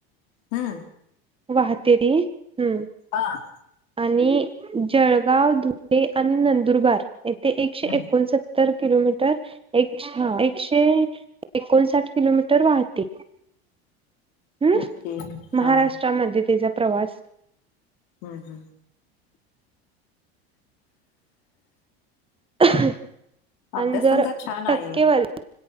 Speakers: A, on the left; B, on the right.
A: हु.
B: वाहते ती. हम्म
A: हां.
B: आणी जळगाव, धुळे आणि नंदुरबार ते एकशे
A: हम्म
B: एकोणसत्तर किलोमीटर... एक... अच्छा... एकशे एकोणसाठ किलोमीटर वाहती. हम्म...
A: ओके हा
B: महाराष्ट्रामध्ये तिचा प्रवास
A: हु... हु.
B: <unintelligible> आणी
A: अभ्यास
B: जर
A: तुमचा छान
B: टक्केवारी
A: आहे